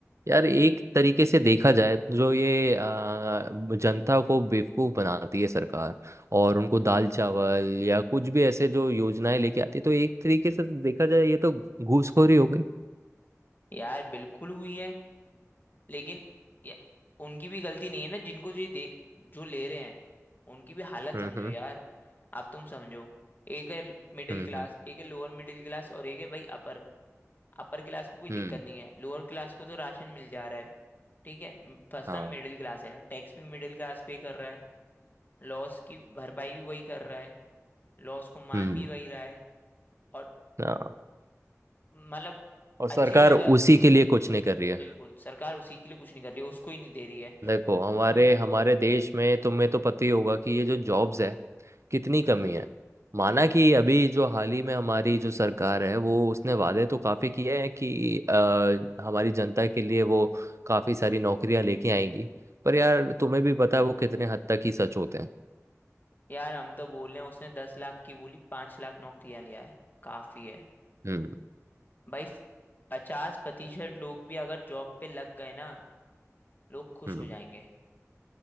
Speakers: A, on the right; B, on the left.
A: यार एक तरीके से देखा जाए तो जो ये आ, जनता को बेवकूफ बनाती है सरकार और उनको दाल चावल या कुछ भी ऐसे जो योजनाएं लेके आती है तो एक तरीके से तो देखा जाए ये तो घूसखोरी हो गई
B: यार बिल्कुल हुई है लेकिन ये- उनकी भी गलती नहीं है ना जिनको ये दे जो ले रहे हैं उनकी भी हालत
A: हम्म
B: समझो
A: हम्म
B: यार अब तुम समझो एक है मिडिल
A: हम्म
B: क्लास
A: हम्म
B: एक है लोअर मिडिल क्लास और एक है भाई अपर अपर क्लास को कोई
A: हम्म,
B: दिक्कत नहीं है लोअर क्लास को तो राशन मिल जा रहा है ठीक है म- फंसता
A: हाँ
B: मिडिल क्लास है टैक्स भी मिडिल क्लास पे कर रहा है लॉस की भरपाई भी वही कर रहा है लॉस को मान
A: हम्म
B: भी वही रहा है और
A: हाँ
B: मतलब
A: और
B: अच्छी
A: सरकार
B: तरह अगर-
A: उसी के लिए कुछ नहीं कर रही है
B: बिल्कुल सरकार उसी के लिए कुछ नहीं कर रही है उसको ही नहीं दे रही है
A: देखो हमारे
B: पूछ
A: हमारे देश में तुम्हें तो पता ही होगा कि ये जो जॉब्स है कितनी कमी है माना कि अभी जो हाल ही में हमारी जो सरकार है वो उसने वादे तो काफी किए हैं कि अ, हमारी जनता के लिए वो काफी सारी नौकरियां लेके आएगी पर यार तुम्हें भी पता है वो कितने हद तक ही सच होते हैं
B: यार हम तो बोल रहे हैं उसने दस लाख की बोली पांच लाख नौकरियां लिया है काफी है
A: हम्म
B: भाई पचास प्रतिशत लोग भी अगर जॉब पे लग गए ना लोग खुश
A: हम्म
B: हो जाएंगे